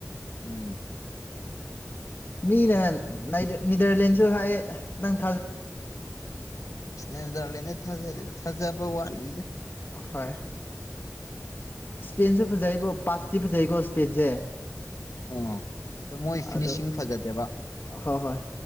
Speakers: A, on the left (about 85°); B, on the left (about 40°).
A: ꯎꯝ
B: ꯃꯤꯅ ꯅꯤꯗꯔꯂꯦꯟꯁꯨ ꯍꯥꯏ ꯅꯪ <unintelligible>
A: ꯎꯝꯅꯦꯟꯖꯂꯦꯅꯦ ꯊꯥꯖꯔꯦꯗ ꯊꯥꯖꯕ ꯋꯥꯠꯂꯤꯗ
B: ꯍꯣꯏ ꯏꯁꯄꯦꯟꯁꯨ ꯐꯖꯩꯕꯣ ꯄꯥꯁꯇꯤ ꯐꯖꯩꯀꯣ ꯏꯁꯄꯦꯟꯁꯦ
A: ꯑꯥ ꯑꯗꯣ ꯃꯣꯏ ꯐꯤꯅꯤꯁꯤꯡ
B: ꯑꯗꯣ
A: ꯐꯖꯗꯦꯕ
B: ꯍ ꯍꯣꯏ